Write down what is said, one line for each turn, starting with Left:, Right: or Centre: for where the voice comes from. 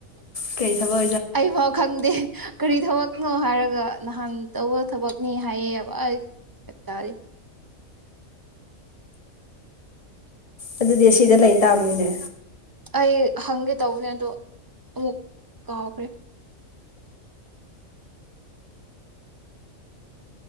Left: ꯀꯩ ꯊꯕ
Right: ꯑꯩꯐꯥꯎ ꯈꯪꯗꯦ ꯀꯔꯤ ꯊꯕꯛ ꯀꯩꯅꯣ ꯍꯥꯏꯔꯒ ꯅꯍꯥꯟ ꯇꯧꯕ ꯊꯕꯛꯅꯤ ꯍꯥꯏꯌꯦꯕ ꯑꯩ ꯀꯇꯥꯗꯤꯦ
Left: ꯑꯗꯨꯗꯤ ꯑꯁꯤꯗ ꯂꯩ ꯇꯥꯕꯅꯤꯅꯦ
Right: ꯑꯩ ꯍꯪꯒꯦ ꯇꯧꯕꯅꯦ ꯑꯗꯣ ꯑꯃꯨꯛ ꯀꯥꯎꯈ꯭ꯔꯦ